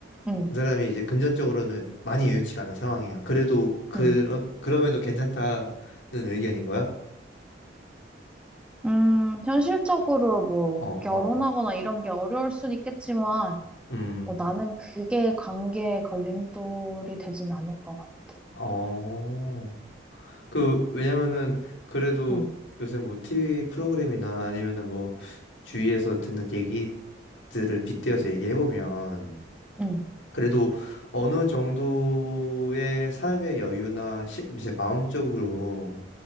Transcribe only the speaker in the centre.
응,
응.
음, 현실적으로 뭐,
결혼하거나
이런 게 어려울 순 있겠지만,
뭐, 나는 그게 관계의 걸림돌이 되진 않을 것 같아.
응,
응,